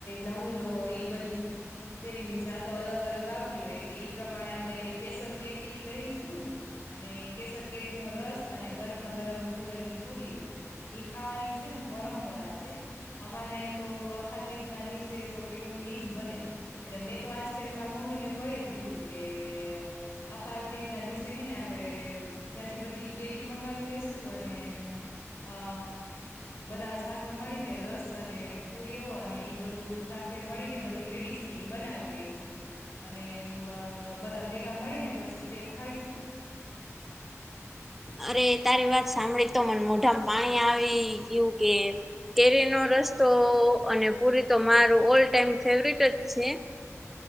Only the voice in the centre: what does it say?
અરે તારી વાત સાંભળી તો મને મોઢામાં પાણી આવી ગયું કે કેરી નો રસ્તો અને પૂરી તો મારું ઓલ ટાઈમ ફેવરેટ જ છે,